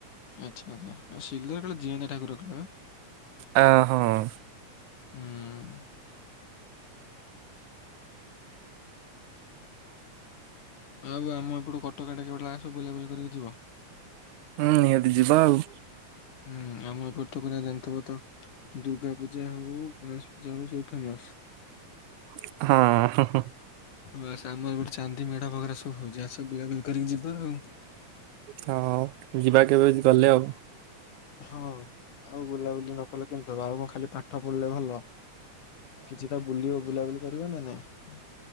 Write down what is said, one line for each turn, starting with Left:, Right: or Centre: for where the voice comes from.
Left: ଆଚ୍ଛା ଆଚ୍ଛା ଆ ଶିଲର ଜିଅନ୍ତା ଠାକୁର କାଳେ ବା?
Right: ଆ ହଁ।
Left: ହୁଁ। ଆଉ ଆମ ଏପଟୁ କଟକ ଆଡ଼େ କେବେଠୁ ଆସ ବୁଲାବୁଲି କରିକି ଯିବ।
Right: ହୁଁ ନିହାତି ଯିବା ଆଉ।
Left: ଉଁ ଆମ ଏପଟେ ତ ପୁରା ଜାଣିଥିବ ତ ଦୁର୍ଗା ପୂଜା ହଉ ଗଣେଶ ପୂଜା ହଉ ସବୁ ଫେମସ୍।
Right: ହଁ।
Left: ବାସ୍ ଆମର ଗୋଟେ ଚାନ୍ଦି ମେଢ଼ ବଗେରା ସବୁ ହଉଚି ଆସ ବୁଲାବୁଲି କରିକି ଯିବା ଆଉ।
Right: ହଁ ଯିବା କେବେ ଗଲେ ଆଉ।
Left: ହଁ ଆଉ ବୁଲାବୁଲି ନ କଲେ କେମିତି ହବ ଆଉ କଁ ଖାଲି ପାଠ ପଢ଼ିଲେ ଭଲ? କିଛି ତ ବୁଲିବ ବୁଲାବୁଲି କରିବ ନା ନାଇଁ?